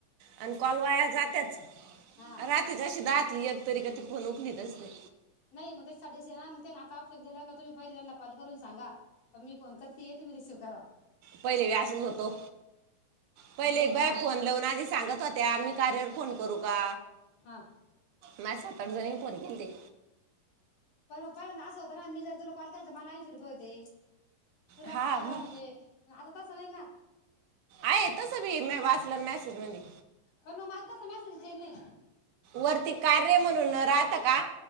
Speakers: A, on the right; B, on the left.
A: आणि कॉल वाया जातेच.
B: हा
A: राती अशी दात एकतरी ती फोन उखलीत नसते.
B: नाही मग त्याचसाठी ना मग त्याने आप्शन दिलं का तुम्ही पहिले त्यां कॉल करून सांगा, की मी फोन करतेय तुम्ही रिसीव्ह करा.
A: पहिले बी असचं होतो. पहिले
B: नाही ना
A: बाय फोन लावून आधी सांगत होत्या मी कार्य वर फोन करू का?
B: हा.
A: माझ सात, आठ जणीनी फोन केलेते.
B: पण मग पर्यंत असं होत ना मी जर तुला कॉल केला तर मला ऐंशी रुपये होते. तुला
A: हा
B: तुला
A: मग
B: म्हणजे आता तसं नाही ना.
A: आहे तस भी मी वाचलाना मेसेज मधी,
B: पण मग मला तसं मेसेज येईल नाही
A: वरती कार्य म्हणून राह का